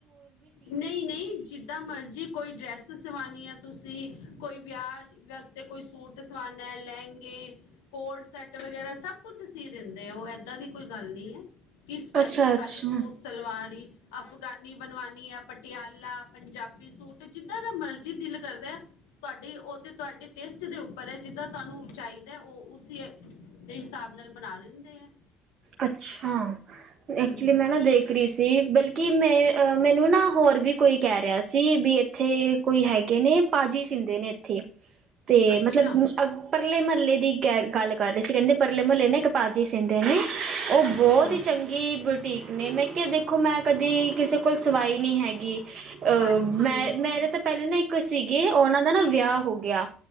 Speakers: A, on the left; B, on the right.
A: ਨਹੀਂ- ਨਹੀਂ ਜਿੱਦਾਂ ਮਰਜੀ ਕੋਈ ਡਰੈਸ ਤੂੰ ਸਵਾਣੀ ਹੈ ਤੁਸੀਂ ਕੋਈ ਵਿਆਹ ਵਾਸਤੇ ਕੋਈ ਸੂਟ ਸਵਾਣਾ ਹੈ ਲਹਿੰਗੇ, ਕੋਟ ਸੈਟ ਵਗੈਰਾ ਸਭ ਕੁਛ ਸੀ ਦਿੰਦੇ ਉਹ ਇ ਇਦਾਂ ਦੀ ਕੋਈ ਗੱਲ ਨਹੀਂ ਹੈ। ਕਿ ਸਪੈਸ਼ਲ
B: ਅੱਛਾ-ਅੱਛਾ
A: ਖਾਲੀ ਸੂਟ ਸਲਵਾਰ ਹੀ ਅਫਗਾਨੀ ਬਨਵਾਨੀ ਆ ਪਟਿਆਲਾ, ਪੰਜਾਬੀ ਸੂਟ ਜਿਦਾਂ ਦਾ ਮਰਜੀ ਦਿਲ ਕਰਦਾ ਐ ਤੁਹਾਡੀ ਉਹ ਤੇ ਤੁਹਾਡੇ ਟੇਸਟ ਦੇ ਉਪਰ ਹੈ ਜਿਦਾਂ ਤੁਹਾਨੂੰ ਚਾਹੀਦਾ ਉਹ ਉਸ ਦੇ ਹਿਸਾਬ ਨਾਲ ਬਣਾ ਦਿੰਦੇ ਏ।
B: ਅੱਛਾ!
A: ਹਮ
B: ਐਕਚੁਲੀ ਮੈਂ ਨਾ ਦੇਖ ਰਹੀ ਸੀ ਬਲ ਕਿ ਮੈਂ ਮੈਨੂੰ ਨਾ ਹੋਰ ਵੀ ਕੋਈ ਕਹਿ ਰਿਹਾ ਸੀ ਵੀ ਇੱਥੇ ਕੋਈ ਹੈਗ ਗੇ ਨੇ ਪਾਜੀ ਸੀਂਦੇ ਨੇ ਇੱਥੇ। ਤੇ
A: ਅੱਛਾ
B: ਮਤਲਬ ਪਰਲੇ ਮਹੱਲੇ ਦੀ ਗੈਰ ਗੱਲ ਕਰ ਰਹੇ ਸੀ ਕਹਿੰਦੇ ਪਰਲੇ ਮਹੱਲੇ ਨੇ ਇੱਕ ਪਾ ਜੀ ਸਿੰਧੇ ਨੇ ਉਹ
A: ਅੱਛਾ
B: ਬਹੋਤ ਹੀ ਚੰਗੀ ਬੁਟੀਕ ਨੇ ਮੈਂ ਕਿਹਾ ਦੇਖੋ ਮੈਂ ਕਦੀ ਕਿਸੇ ਕੋਲ ਸਵਾਈ ਨੀ ਹੈਗੀ। ਅ
A: ਹਾਂਜੀ
B: ਮੈਂ ਮੇਰੇ ਤਾਂ ਪਹਿਲੇ ਨਾ ਇੱਕ ਸੀਗੇ ਉਹਨਾਂ ਦਾ ਨਾ ਵਿਆਹ ਹੋ ਗਿਆ।